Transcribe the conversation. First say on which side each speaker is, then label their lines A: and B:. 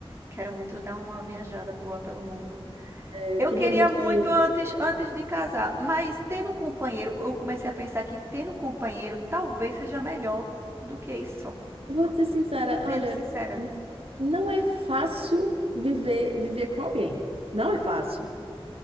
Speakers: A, on the right; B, on the right.
A: Quero muito dar uma viajada boa pelo mundo.
B: É,
A: Eu
B: Eu queria
A: queria
B: muito
A: muito
B: conhecer.
A: antes, antes de casar, mas tendo um companheiro, eu comecei a pensar que tendo um companheiro talvez seja melhor do que isso só.
B: Eu vou ser sincera,
A: Sendo
B: olha,
A: sincera.
B: não é fácil viver, viver com alguém. Não é fácil.